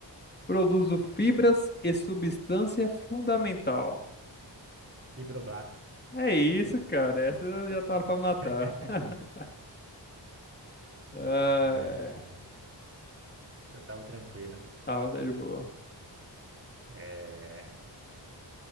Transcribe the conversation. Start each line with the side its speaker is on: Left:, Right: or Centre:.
Left: Produzo fibras e substância fundamental.
Right: Fibroblastos.
Left: É isso, cara. Essa já tá pra
Right: <laughs>
Left: matar. <laughs> Ah,
Right: É,
Left: é.
Right: essa tava tranquila.
Left: Tá, tá de boa.
Right: É,